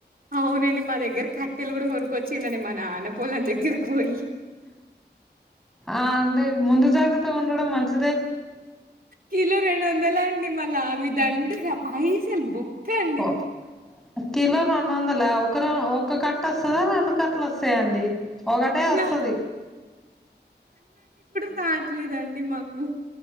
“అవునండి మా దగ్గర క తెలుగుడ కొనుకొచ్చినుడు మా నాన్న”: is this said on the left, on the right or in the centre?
Right